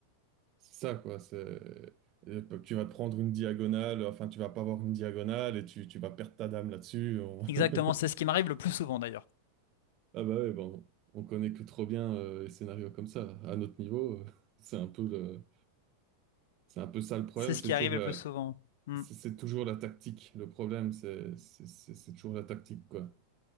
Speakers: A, on the right (about 35°); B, on the left (about 55°).
A: c'est ça, quoi. C'est et p- tu vas te prendre une diagonale, enfin tu vas pas avoir une diagonale et tu, tu vas perdre ta dame là-dessus. On- <laughs>
B: Exactement, c'est ce qui m'arrive le plus souvent d'ailleurs.
A: Ah bah ouais, bon, on connaît que trop bien euh, les scénarios comme ça. À notre niveau, euh, <laughs> c'est un peu le. C'est un peu ça le problème,
B: C'est ce
A: c'est
B: qui
A: toujours
B: arrive
A: la,
B: le plus souvent. Mm.
A: C'est c'est toujours la tactique. Le problème, c'est c'est- c'est- c'est toujours la tactique, quoi.